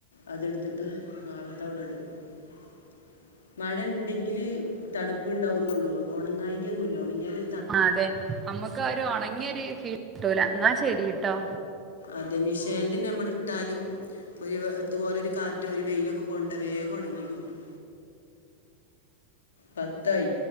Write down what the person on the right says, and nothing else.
ആഹ് അതെ നമ്മുക്ക് ഒരു ഉണങ്ങിയൊ ഒരു ഫീൽ കിട്ടൂല എന്നാ ശെരിയട്ടോ